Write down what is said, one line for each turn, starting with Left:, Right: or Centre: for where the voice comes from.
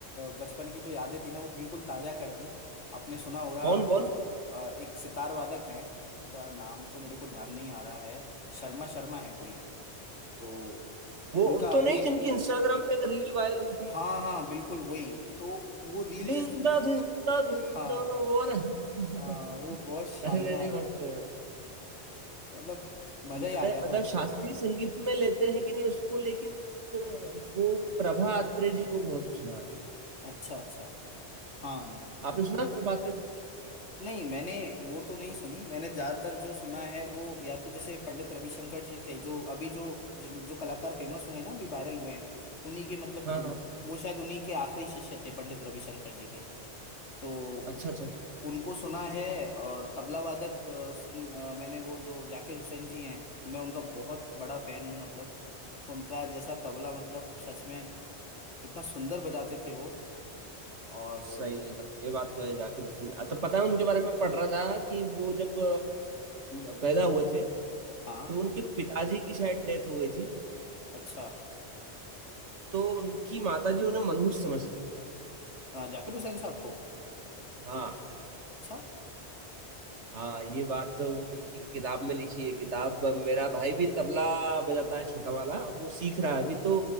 Left: बचपन की जो यादें थी ना वो बिल्कुल ताजा कर दी आपने सुना होगा
Right: कौन कौन
Left: अ, एक सितार वादक हैं उनका नाम तो मेरे को ध्यान नहीं आ रहा है शर्मा शर्मा है कोई तो
Right: वो
Left: उनका
Right: तो
Left: अभी
Right: नहीं
Left: एक
Right: जिनकी इंस्टाग्राम पे एक रील वायरल हुई थी
Left: हाँ हाँ बिल्कुल वही तो वो रील
Right: दिन
Left: जिस दिन
Right: दा दिन दा दिन
Left: हाँ
Right: दा वो वाला <laughs>
Left: हाँ वो बहुत शानदार
Right: अरे नहीं नहीं मस्त है
Left: मतलब मजा
Right: मैंने
Left: ही आ गया
Right: मतलब
Left: था उनको
Right: शास्त्रीय
Left: सुन के
Right: संगीत में लेते हैं कि नहीं उसको लेकिन अ, वो प्रभा अत्रे जी को बहुत सुना है
Left: अच्छा अच्छा हाँ नहीं नहीं
Right: आपने सुना है प्रभा अत्रे को?
Left: नहीं मैंने वो तो नहीं सुनी मैंने ज्यादातर जो सुना है वो या तो जैसे पंडित रविशंकर जी थे जो अभी जो जिन जो कलाकार फेमस हुए हैं ना अभी वायरल हुए हैं उन्हीं के मतलब
Right: हाँ
Left: गुरु
Right: हाँ
Left: वो शायद उन्हीं के आखिरी शिष्य थे पंडित रविशंकर जी के तो
Right: अच्छा अच्छा अच्छा
Left: उनको सुना है और तबला वादक अ, सुन अ, मैंने वो जो जाकिर हुसैन जी हैं मैं उनका बहुत बड़ा फैन हूँ मतलब उनका जैसा तबला मतलब सच में इतना सुंदर बजाते थे वो और
Right: सही है सर ये बात तो है जाकिर हुसैन अ, तो पता है उनके बारे में पढ़ रहा था कि वो जब अ, पैदा हुए थे
Left: हाँ
Right: तो उनके पिताजी की शायद डेथ हो गई थी
Left: अच्छा
Right: तो उनकी माताजी उन्हें मनहूस समझती थी
Left: अ, जाकिर हुसैन साहब को
Right: हाँ
Left: अच्छा
Right: हाँ ये बात तो वो उनकी किताब में लिखी है किताब मेरा भाई भी तबला बजाता है छोटा वाला वो सीख रहा है अभी तो